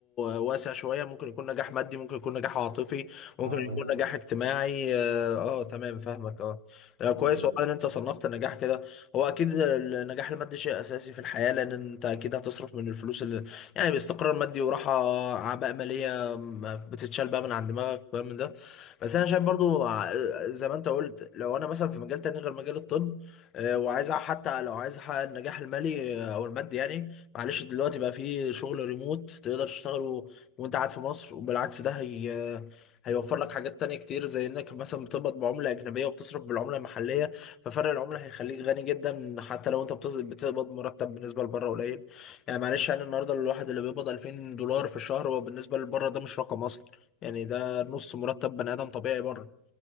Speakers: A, on the left; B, on the right.
A: واسع شوية ممكن يكون نجاح مادي ممكن يكون نجاح عاطفي ممكن
B: اه بالظبط
A: يكون نجاح اجتماعي اه, آه تمام فاهمك اه لا، كويس
B: بالظبط
A: والله ان انت صنفت النجاح كده هو اكيد النجاح المادي شيء اساسي في الحياة لان انت اكيد هتصرف من الفلوس اللي يعني باستقرار مادي وراحة اعباء مالية ما بتتشال بقى من عند دماغك وكلام من ده بس انا شايف برضو ع- زي ما انت قلت لو انا مثلا في مجال تاني غير مجال الطب آه، وعايز أع- حتى لو عايز احقق النجاح المالي آه، او المادي يعني معلش دلوقتي بقى في شغل ريموت تقدر تشتغله وانت قاعد في مصر وبالعكس ده هي هيوفر لك حاجات تانية كتير زي انك مثلا بتقبض بعملة أجنبية وبتصرف بالعملة المحلية ففرق العملة هيخليك غني جدا حتى لو انت بتص- بتقبض مرتب بالنسبة لبره قليل يعني معلش يعني النهاردة الواحد اللي بيقبض 2000 دولار في الشهر هو بالنسبة لبره ده مش رقم أصلا يعني ده نص مرتب بني آدم طبيعي بره